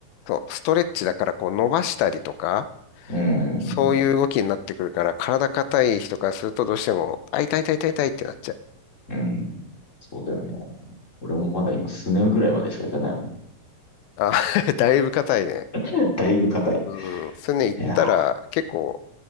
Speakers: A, on the left (about 80°); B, on the left (about 25°).
A: そう、ストレッチだからこう伸ばしたりとか、
B: うん。
A: そういう動きになってくるから、体硬い人からするとどうしても、あ、痛い痛い痛い痛いってなっちゃう。
B: うん。そうだよね。俺もまだ今、スネぐらいまでしか行かないもん。
A: あ、<laughs> だいぶ硬いね。
B: <laughs> だいぶ硬い。
A: うん。それね、行ったら結構
B: いや